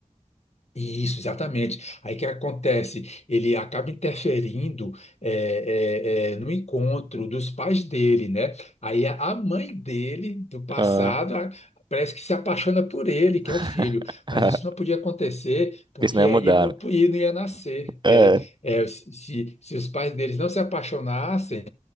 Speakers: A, on the left; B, on the right.
A: Isso, exatamente. Aí o que acontece? Ele acaba interferindo é, é, é, no encontro dos pais dele, né? Aí a a mãe dele, do passado,
B: Ah,
A: a- parece que se apaixona por ele, que
B: <laughs>
A: é o filho. Mas isso não podia acontecer, porque
B: porque senão ia mudar,
A: aí ele não,
B: né?
A: po- ele não ia nascer.
B: É.
A: É, é, se, se os pais deles não se apaixonassem